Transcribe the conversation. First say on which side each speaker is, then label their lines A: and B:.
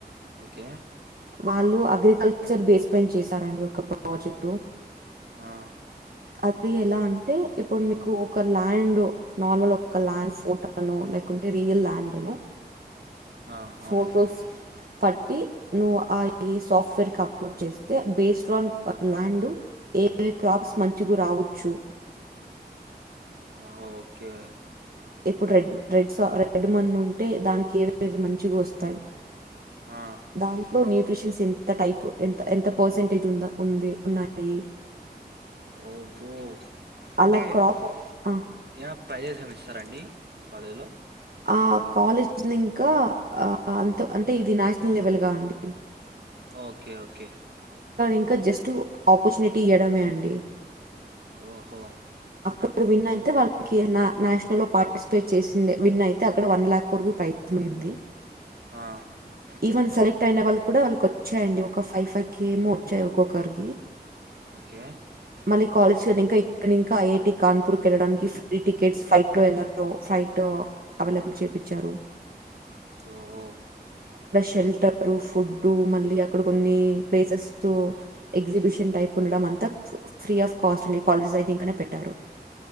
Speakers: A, on the right (about 80°); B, on the right (about 65°).
A: ఓకే
B: వాళ్ళు అగ్రికల్చర్ బేస్ పైన చేస్తారండి ఒక ప్రాజెక్ట్
A: ఆ
B: అది ఎలా అంటే ఇప్పుడు మీకు ఒక ల్యాండ్ నార్మల్ ఒక ల్యాండ్ ఫోటోను లేకుంటే రియల్ ల్యాండ్ను
A: ఆ అవునవును
B: ఫొటోస్ పట్టి నువ్వు ఆ సాఫ్ట్వేర్ కి అప్లోడ్ చేస్తే బేస్డ్ ఆన్ ల్యాండ్ ఏవ క్రాప్స్ మంచగు రావచ్చు
A: ఆ ఓకే
B: ఇప్పుడు రెడ్ రెడ్ రెడ్ మన్ ఉంటే దానికి ఏవ మంచిగా వస్తాయి
A: ఆ
B: దాంట్లో నీరు న్యూట్రిషన్స్ ఎంత టైప్ ఎ ఎంత పర్సెంటేజ్ ఉ ఉంది ఉన్నాయి
A: ఓపో
B: అలా
A: అంటే
B: క్రాప్ ఆ
A: ఏమైన ప్రైజెస్ ఏమైన ఇస్తారం అండి మీ కాలేజీ లో
B: ఆ కాలేజ్ ఇంకా ఆ అంత అంటే ఇది నేషనల్ లెవెల్ గా ఉంది
A: ఓకే ఓకే
B: ఇంకా జస్ట్ ఆపర్చునిటీ ఇవ్వడమే అండి
A: ఓహో
B: ఇప్పుడు విన్ అయితే వాళ్ళకి నేషనల్ లో పార్టిసిపేట్ చేసింది విన్ అయి అక్కడ వన్ వన్ లాక్ వరకు ప్రైజ్ మనీ ఉంది
A: ఆ
B: ఈవెన్ సెలెక్ట్ అయిన వాళ్ళు కూడా వాళ్ళకి వచ్చాయండి ఒక ఫైవ్ ఫైవ్ కె ఏమో వచ్చాయి ఒక్కొక్కరికి
A: ఓకే
B: మళ్ళీ కాలేజ్ కనీ ఇంకా ఇంకా ఐటి కాన్పూర్ క వెళ్ళడానికి ఫ్రీ టికెట్స్ ఫ్లైట్ లో వెళ్లో ఫ్లైట్ అవైలబుల్ చేపిచ్చారు
A: ఓహో
B: షెల్టర్ ఫుడ్ మళ్ళీ అక్కడ కొన్ని ప్లేసెస్ ఎగ్జిబిషన్ టైప్ ఉండడం ఆంత ఫ్రీ ఆఫ్ కాస్ట్ ఉ కాలేజీ సై ఇంక పెట్టారు